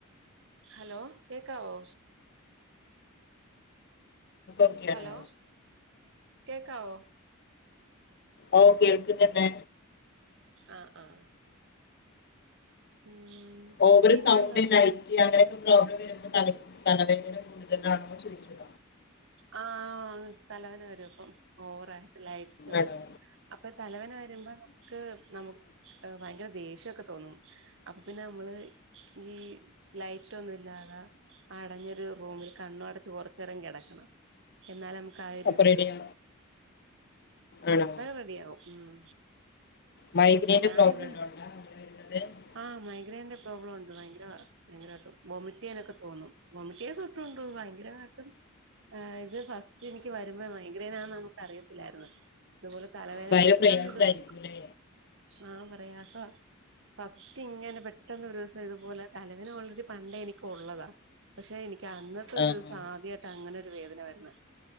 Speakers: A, on the right (about 60°); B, on the left (about 50°).
A: ഹലോ കേക്കാവോ
B: ഓക്കെ
A: ഹലോ
B: ആണോ
A: കേക്കാവോ
B: ഓഹ് കേൾക്ക്ന്ന്ണ്ട്
A: ആഹ്, ആഹ് ഉം
B: ഓവർ
A: പിന്നെന്തുണ്ട്
B: സൗണ്ട്, ലൈറ്റ് അങ്ങനെയൊക്കെ പ്രോബ്ലം വരുമ്പല തലവേദന കൂടുതലാണോ? ചോദിച്ചത്.
A: ആഹ്, തലവേന വരും പ്പം. ഓവറയിട്ട് ലൈറ്റും.
B: ആണോ
A: അപ്പൊ, തലവേന വരുമ്പോ മുക്ക് നമുക്ക് ഭയങ്കര ദേഷ്യൊക്കെ തോന്നും. അപ്പൊ, പിന്നെ നമ്മള് ഈ. ലൈറ്റൊന്നുല്ലാത, അടഞ്ഞൊരു റൂമിൽ കണ്ണു അടച്ച് കൊറചേരം കെടക്കണം. എന്നാലെ മ്മക്ക് ആഹ്, ഒരിത്.
B: അപ്പൊ റെഡിയാ ആണോ
A: റെഡിയാവും മ്
B: മൈഗ്രെയിന്റെ
A: ഞാനിത്.
B: പ്രോബ്ലം ഉണ്ടോ ഉണ്ടോ അങ്ങനെ വരുന്നത്
A: ആഹ്, മൈഗ്രൈൻന്റെ പ്രോബ്ലം ഉണ്ട്. ഭയങ്കര ഭയങ്കരമായിട്ട് ബോമിറ്റെ യ്യാനൊക്കെ തോന്നും ബോമിറ്റ ചെയ്യ തോ. ണ്ടോ ഭയങ്കരമായിട് ഇത് ഫസ്റ്റ് എനിക്ക് വരുമ്പോ, മൈഗ്രെൻ ആന്ന് നമുക്ക് അറിയത്തില്ലായിരുന്നു. തുപോലെ തലവേന
B: ഭയങ്കര
A: പെട്ടെന്ന്
B: പ്രയാസമായിരിക്കും
A: ഇതും
B: അല്ലേ
A: ആഹ്, പ്രയാസ. ഫസ്റ്റ് ഇങ്ങനെ പെട്ടെന്ന് ഒരു ദിവസം സ ഇതു പോലെ തലവേന ഓൾ റെഡി പണ്ടെ നിക്ക ഉള്ളതാ, പക്ഷേ, എനിക്ക് അന്നത്തെ
B: ആ
A: ഒരുസം
B: ആ
A: ആധ്യായിട്ട ങ്ങനെ ഒരു വേദന വരുന്നെ.